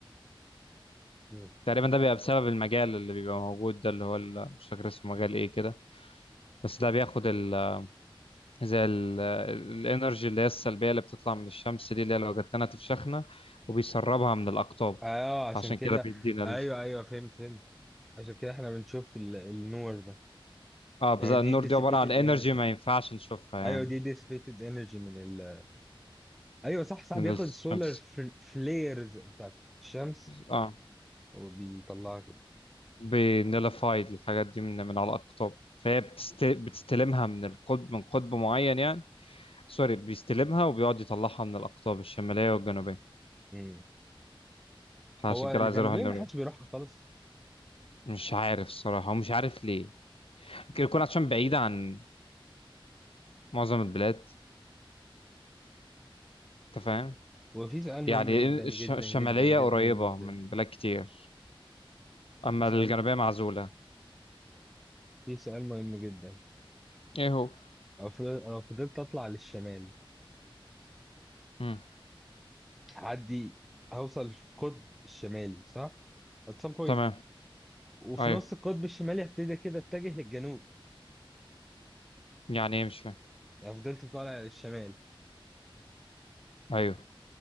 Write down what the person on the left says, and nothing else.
تقريبا ده بيبقى بسبب المجال اللي بيبقى موجود ده اللي هو ال- مش فاكر اسمه مجال ايه كده بس ده بياخد ال زي الانرجي اللي هي السلبية اللي بتطلع من الشمس دي اللي هي لو جات لنا تفشخنا وبيسربها من الأقطاب
فعشان
كده بيدينا
ال...
اه بس
النور
دي عبارة عن انرجي
ما ينفعش نشوفها يعني
من
الشمس
اه
بنلفايد الحاجات دي من من على الأقطاب فهي بتست... بتستلمها من القطب من قطب معين يعني سوري بيستلمها وبيقعد يطلعها من الأقطاب الشمالية والجنوبية
فعشان
كده
عايز أروح النرويج
مش عارف الصراحة ومش عارف ليه ممكن يكون عشان بعيدة عن معظم البلاد أنت فاهم
يعني
الش-
الشمالية
قريبة
من بلاد كتير
أما
الجنوبية معزولة
ايه هو
مم.
تمام
أيوه
يعني إيه مش فاهم
أيوه